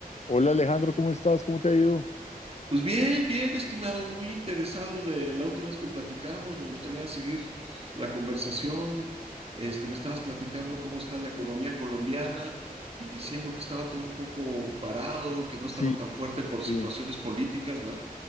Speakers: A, on the left; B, on the right.
A: Hola Alejandro, ¿cómo estás? ¿Cómo te ha ido?
B: Pues bien, bien, estimado, muy interesado de la última vez que platicamos. Me gustaría seguir la conversación. Este, me estabas platicando cómo está la economía colombiana y diciendo que estaba todo un poco parado, que no
A: Sí,
B: estaba tan fuerte por
A: sí.
B: situaciones políticas, ¿verdad?